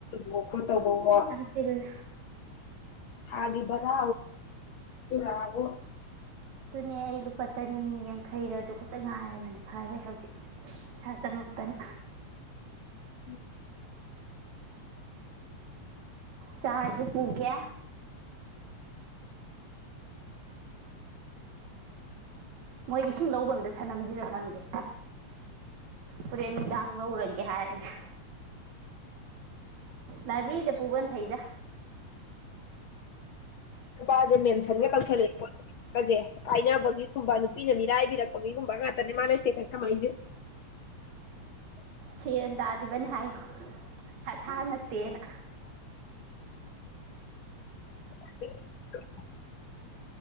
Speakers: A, on the left; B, on the right.
A: ꯍꯣ ꯈꯣꯠꯇꯕ
B: ꯆꯤꯜꯂꯦ
A: ꯊꯥꯒꯤ ꯕꯔꯥ ꯇꯔꯕꯣ
B: ꯑꯗꯨꯅꯦ ꯑꯩ ꯂꯨꯄꯥ ꯆꯅꯤ ꯌꯥꯡꯈꯩꯔ ꯑꯗꯨ ꯈꯛꯇ ꯉꯥꯏꯔꯕꯅ ꯐꯔꯦ ꯍꯧꯖꯤꯛ ꯏꯁꯥ ꯆꯪꯉꯛꯇꯅ
A: ꯎꯝ
B: ꯆꯥꯔꯖꯄꯨꯡꯒꯦ ꯃꯣꯏ ꯏꯁꯤꯡ ꯂꯧꯕꯗꯦ ꯁꯅꯝꯁꯤꯔ ꯈꯪꯗꯦ ꯐꯣꯔꯦꯟ ꯅꯨꯡꯗꯥꯡ ꯂꯧꯔꯒꯦ ꯍꯥꯏꯔꯒꯦ ꯂꯥꯏꯕ꯭ꯔꯦꯔꯤꯗ ꯄꯨꯕꯅ ꯐꯩꯗ
A: ꯅꯨꯄꯥꯁꯦ ꯃꯦꯟꯁꯟꯒ ꯇꯧꯁꯜꯂꯦꯁꯦ ꯀꯥꯏꯅꯕꯒꯤꯒꯨꯝꯕ ꯅꯨꯄꯤꯅ ꯃꯤꯔꯥꯏꯕꯤꯔꯛꯄꯒꯤꯒꯨꯝꯕ ꯉꯥꯛꯇꯅꯦ ꯃꯥꯅ ꯏꯁꯇꯦꯇꯁ ꯊꯝꯃꯛꯏꯁꯦ
B: ꯁꯤ ꯇ ꯕꯅꯤ ꯍꯥꯏꯌꯣ ꯑꯊꯥ ꯅꯠꯇꯦꯅ
A: <unintelligible>